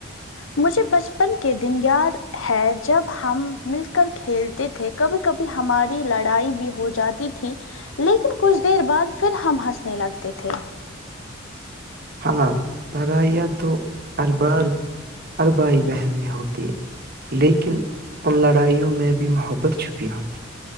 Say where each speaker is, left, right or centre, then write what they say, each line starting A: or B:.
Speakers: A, on the left; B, on the right.
A: مجھے بچپن کے دن یاد ہے جب ہم مل کر کھیل تھے کبھی کبھی ہماری لڑائی بھی ہو جاتی تھی لیکن کچھ دیر بعد پھر ہم ہنسنے لگتے تھے
B: ہاں لڑائیاں تو ہر بار ہر بھائی بہن میں ہوتی ہے لیکن ان لڑائیوں میں بھی محبت چھپی ہوتی ہے